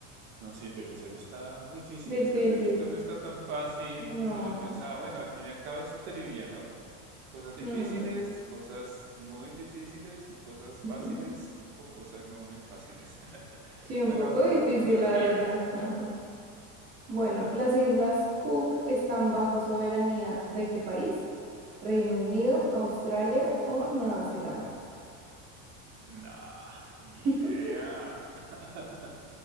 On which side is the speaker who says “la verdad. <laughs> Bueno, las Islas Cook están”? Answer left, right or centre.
Right